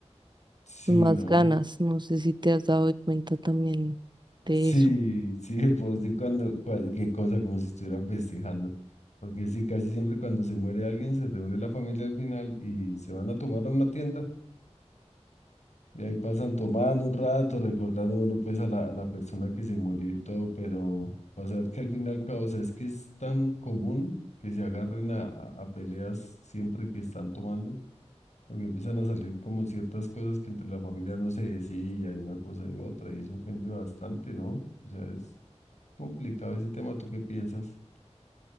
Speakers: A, on the left; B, on the right.
A: Sí,
B: más
A: ¿no?
B: ganas. No sé si te has dado cuenta también de
A: Sí,
B: eso.
A: <laughs> sí, pues sí, cuando, cua- qué cosa, como si estuvieran festejando. Porque sí, casi siempre cuando se muere alguien se reúne la familia al final y se van a tomar a una tienda Y ahí pasan tomando un rato, recordando, bueno, pues a la, a la persona que se murió y todo, pero vas a ver que al fin y al cabo, o sea, es que es tan común que se agarren a, a- a peleas siempre que están tomando, porque empiezan a salir como ciertas cosas que entre la familia no se decía, y una cosa y otra, y eso ofende bastante, ¿no? O sea, es complicado ese tema, ¿tú qué piensas?